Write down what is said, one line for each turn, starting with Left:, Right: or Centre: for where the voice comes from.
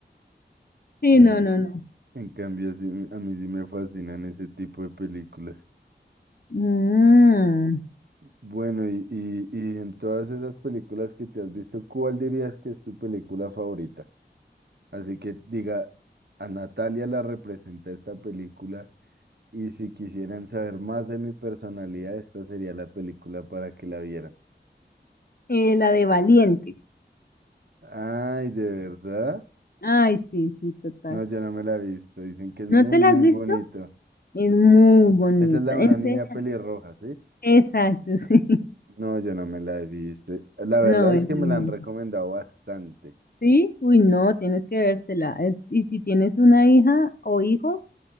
Left: Sí,
Right: En,
Left: no, no, no.
Right: en cambio, sí me- a mí sí me fascinan ese tipo de películas.
Left: Mm,
Right: Bueno, y, y, y en todas esas películas que te has visto, ¿cuál dirías que es tu película favorita? Así que diga, a Natalia la representa esta película y si quisieran saber más de mi personalidad, esta sería la película para que la vieran.
Left: eh, la de Valiente.
Right: Ay, ¿de verdad?
Left: Ay, sí, sí, total.
Right: No, yo no me la he visto. Dicen que es
Left: ¿No
Right: muy,
Left: te la
Right: muy
Left: has visto?
Right: bonito.
Left: Es muy bonita.
Right: Esa es la de
Left: Enseña.
Right: una niña pelirroja, ¿sí?
Left: Exacto, <laughs> sí.
Right: No, yo no me la he visto. La verdad
Left: No,
Right: es
Left: es
Right: que
Left: hermosa.
Right: me la han recomendado bastante.
Left: ¿Sí? Uy, no, tienes que vértela. Es- y si tienes una hija o hijo,